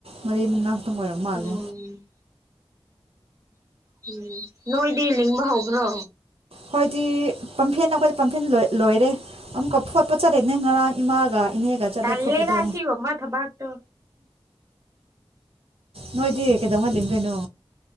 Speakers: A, on the right; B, on the right.
A: ꯃꯔꯤ ꯃꯉꯥ ꯈꯛꯇꯪ ꯑꯣꯏꯔꯝ ꯃꯥꯜꯂꯦ
B: ꯎꯝ ꯎꯝ ꯅꯣꯏꯗꯤ ꯂꯤꯡꯕ ꯍꯧꯕ꯭ꯔꯣ
A: ꯍꯣꯏꯗꯤ ꯄꯝꯐꯦꯟ ꯑꯩꯈꯣꯏꯗ ꯄꯝꯐꯦꯟ ꯂꯣꯏꯔꯦ ꯑꯃꯨꯛꯀ ꯐꯣꯠꯄꯣ ꯆꯠꯂꯦꯅꯦ ꯉꯔꯥꯡ ꯏꯃꯥꯒ ꯏꯅꯦꯒ ꯆꯠꯂꯦ
B: ꯀꯜꯂꯔꯁꯤꯒꯃ
A: ꯐꯣꯠꯄꯗꯣ
B: ꯊꯕꯥꯛꯇꯣ
A: ꯅꯣꯏꯗꯤ ꯀꯩꯗꯧꯍꯜꯂꯤ ꯀꯩꯗꯣꯏꯅꯣ